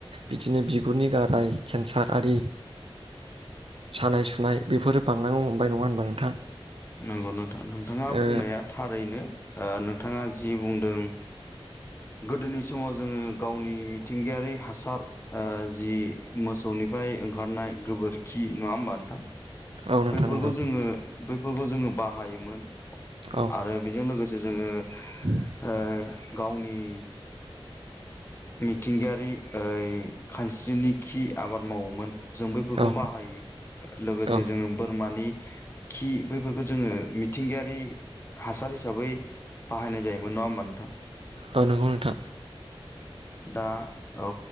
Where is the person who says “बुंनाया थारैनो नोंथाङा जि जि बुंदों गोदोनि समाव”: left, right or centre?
Left